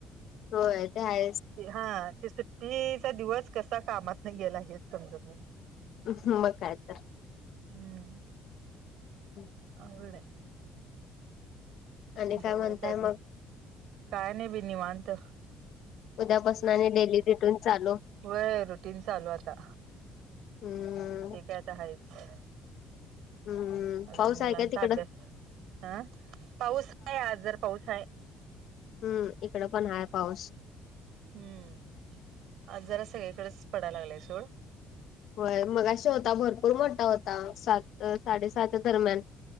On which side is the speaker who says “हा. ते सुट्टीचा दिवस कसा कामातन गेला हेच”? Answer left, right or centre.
Right